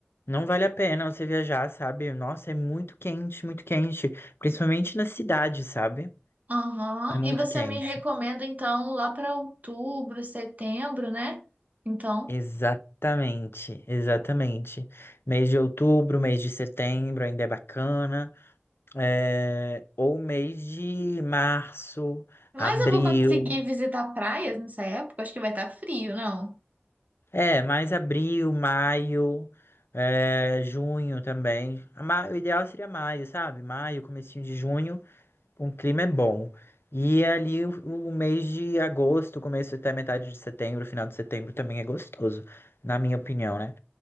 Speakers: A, on the left; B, on the right.
A: Não vale a pena você viajar, sabe? Nossa, é muito quente, muito quente. Principalmente na cidade, sabe?
B: Aham.
A: É muito
B: E você
A: quente.
B: me recomenda então lá para outubro, setembro, né? Então.
A: Exatamente, exatamente. Mês de outubro, mês de setembro ainda é bacana. É, Ou mês de março,
B: Mas
A: abril.
B: eu vou conseguir visitar praias nessa época? Acho que vai estar frio, não?
A: É, mais abril, maio, é, junho também. Ma- O ideal seria maio, sabe? Maio, comecinho de junho. Um clima é bom. E é ali o, o mês de agosto, começo até metade de setembro, final de setembro também é gostoso, na minha opinião, né?